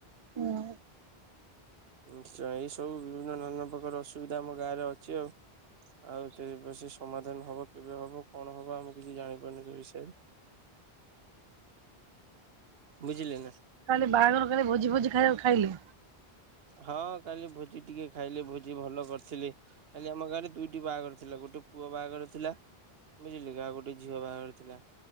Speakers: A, on the right (about 45°); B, on the right (about 70°).
A: ହୁଁ
B: ନିଶ୍ଚୟ ଏଇ ସବୁ ବିଭିନ୍ନ ନା ନା ପ୍ରକାର ଅସୁବିଧା ଆମ ଗାଁ ରେ ଅଛି ଆଉ ଆଉ ସେ ବ ସମାଧାନ ହବ କେବେ ହବ କଣ ହବ ଆମେ କିଛି ଜାଣିପାରୁନୁ ସେ ବିଷୟରେ। ବୁଝିଲେ ନା।
A: କାଲି ବାହାଘର କାଲି ଭୋଜି ଭୋଜି ଖାଇଲେ?
B: ହଁ କାଲି ଭୋଜି ଟିକେ ଖାଇଲି ଭୋଜି ଭଲ କରିଥିଲେ। କାଲି ଆମ ଗାଆଁ ଦୁଇଟି ବାହାଘର ଥିଲା ଗୋଟେ ପୁଅ ବାହାଘର ଥିଲା। ବୁଝିଲ କି ଆଉ ଗୋଟେ ଝିଅ ବାହାଘର ଥିଲା।